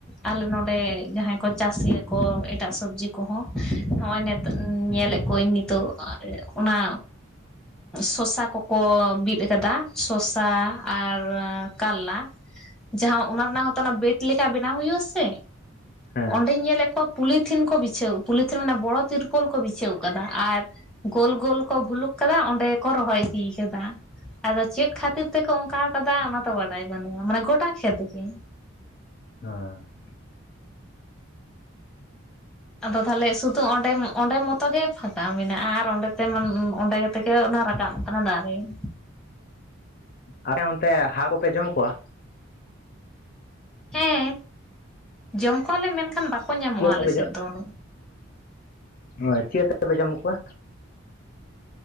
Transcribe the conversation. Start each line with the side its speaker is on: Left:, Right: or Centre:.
Centre: ᱟᱞᱮ ᱱᱚᱰᱮ ᱡᱟᱦᱟᱸᱭ ᱠᱚ ᱪᱟᱹᱥᱤ ᱜᱮᱭᱟ ᱠᱚ ᱮᱴᱟᱜ ᱥᱚᱵᱡᱤ ᱠᱚᱦᱚᱸ ᱱᱚᱜᱼᱚᱭ ᱱᱤᱛ ᱧᱮᱞᱮᱫ ᱠᱚᱣᱟᱹᱧ ᱱᱤᱛᱚᱜ ᱚᱱᱟ ᱥᱚᱥᱟ ᱠᱚᱠᱚ ᱵᱤᱫ ᱟᱠᱟᱫᱟ ᱥᱚᱥᱟ ᱟᱨ ᱠᱟᱨᱞᱟ᱾ ᱡᱟᱦᱟᱸ ᱚᱱᱟ ᱨᱮᱱᱟᱜ ᱦᱚᱸᱛᱚ ᱚᱱᱟ ᱵᱮᱰ ᱞᱮᱠᱟ ᱵᱮᱱᱟᱣ ᱦᱩᱭᱩᱜ-ᱟ ᱥᱮ᱾
Left: ᱦᱮᱸ
Centre: ᱚᱸᱰᱮᱧ ᱧᱮᱞᱮᱫ ᱠᱚᱣᱟ ᱯᱩᱞᱤᱛᱷᱤᱱ ᱠᱚ ᱵᱤᱪᱷᱟᱹᱣ ᱯᱩᱞᱤᱛᱷᱤᱱ ᱢᱟᱱᱮ ᱵᱚᱲᱚ ᱛᱤᱨᱯᱳᱞ ᱠᱚ ᱵᱤᱪᱷᱟᱹᱣ ᱠᱟᱫᱟ᱾ ᱟᱨ ᱜᱳᱞ ᱜᱳᱞ ᱠᱚ ᱵᱷᱩᱞᱩᱠ ᱠᱟᱫᱟ ᱚᱸᱰᱮ ᱜᱮ ᱠᱚ ᱨᱚᱦᱚᱭ ᱤᱫᱤ ᱠᱟᱫᱟ ᱾ ᱟᱫᱚ ᱪᱮᱫ ᱠᱷᱟᱹᱛᱤᱨ ᱛᱮᱠᱚ ᱚᱝᱠᱟᱣ ᱠᱟᱫᱟ ᱚᱱᱟ ᱫᱚ ᱵᱟᱰᱟᱭ ᱵᱟᱹᱱᱩᱜᱼᱟ, ᱢᱟᱱᱮ ᱜᱚᱴᱟ ᱠᱷᱮᱛ ᱜᱮ
Left: ᱦᱳᱸᱭ
Centre: ᱟᱫᱚ ᱛᱟᱦᱚᱞᱮ ᱥᱩᱫᱩ ᱚᱸᱰᱮᱢ ᱚᱸᱰᱮ ᱢᱚᱛ ᱜᱮ ᱯᱷᱟᱸᱠᱟ ᱢᱮᱱᱟᱜᱼᱟ ᱟᱨ ᱚᱸᱰᱮ ᱛᱮ ᱢᱟᱱ ᱚᱸᱰᱮ ᱛᱮᱜᱮ ᱚᱱᱟ ᱨᱟᱠᱟᱵ ᱠᱟᱱᱟ ᱫᱟᱨᱮ ᱾
Left: ᱟᱯᱮ ᱚᱱᱛᱮ ᱦᱟᱣ ᱠᱚᱯᱮ ᱡᱚᱢ ᱠᱚᱣᱟ?
Centre: ᱦᱮᱸ, ᱡᱚᱢ ᱠᱚᱣᱟᱞᱮ ᱢᱮᱱᱠᱷᱟᱱ ᱵᱟᱠᱚ ᱧᱟᱢᱚᱜᱼᱟ
Left: ᱪᱮᱫ ᱟᱛᱮᱯᱮ
Centre: ᱟᱞᱮᱥᱮᱫ ᱫᱚ ᱚᱱ
Left: ᱦᱳᱭ ᱪᱮᱫ ᱠᱟᱛᱮᱯᱮ ᱡᱚᱢ ᱠᱚᱣᱟ?